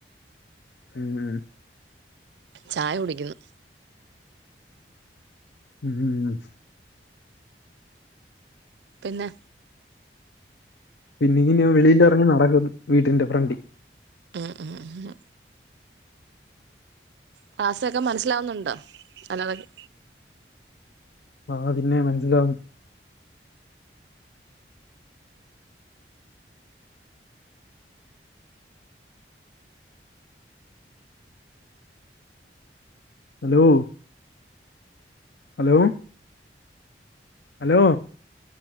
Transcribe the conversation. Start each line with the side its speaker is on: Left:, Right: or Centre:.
Left: ഉം
Right: ചായ കുടിക്കുന്നു.
Left: ഉ ഊ
Right: പിന്നെ
Left: പിന്നെ ഇങ്ങനെയാ വിളിയില്ല. ഇങ്ങിനെ നടക്കുന്നു വീട്ടിന്റെ ഫ്രണ്ടി.
Right: ഉ ഉ ഹു ക്ലാസൊക്കെ മനസ്സിലാവുന്നുണ്ടോ? അല്ലാതെ ങ്ങ്
Left: ആ പിന്നെ മനസ്സിലാകും. Hello hello hello